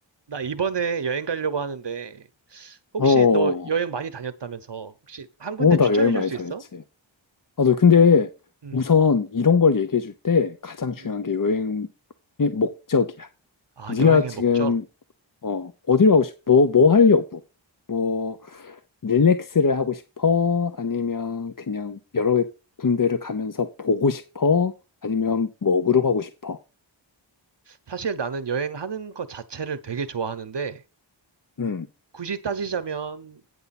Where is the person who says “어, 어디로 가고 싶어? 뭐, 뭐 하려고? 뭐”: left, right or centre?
Left